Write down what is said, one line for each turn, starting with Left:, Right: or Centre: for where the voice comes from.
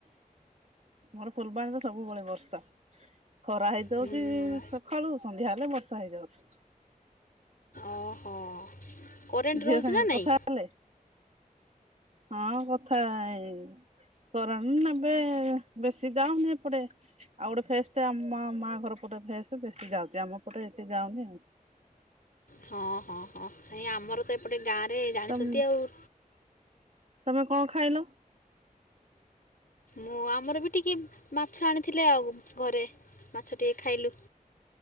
Right: ମୋର <unintelligible> ସବୁବେଳେ ବର୍ଷା। ଖରା ହେଇଯାଉଛି
Left: ହୁଁ
Right: ସକାଳୁ ସନ୍ଧ୍ୟା ହେଲେ ବର୍ଷା ହେଇଯାଉଛି।
Left: ଓହୋ କରେଣ୍ଟ
Right: ଝିଅ
Left: ରହୁଛି
Right: ସାଙ୍ଗରେ
Left: ନା
Right: କଥା
Left: ନାଇଁ?
Right: ହେଲେ? ହଁ କଥା ଏଇ କରଣ ଏବେ ବେଶୀ ଦାଉନି <unintelligible> ଏପଡେ ଆଉ ଗୋଟେ ଫେସ ଟେ ଆମ ମା ଘର ପଟେ ଫେସ୍ ବେଶୀ ଯାଉଛି ଆମ ପଟେ ଏତେ ଯାଉନି ଆଉ।
Left: ହଁ ହଁ ହଁାଇ ଆମର ତ ଏପଟେ ଗାଁରେ ଜାଣିଛନ୍ତି
Right: ତମ
Left: ଆଉ।
Right: ତମେ କଣ ଖାଇଲ?
Left: ମୁଁ ଆମର ବି ଟିକିଏ ମାଛ ଆଣିଥିଲି ଆଉ ଘରେ ମାଛ ଟିକେ ଖାଇଲୁ।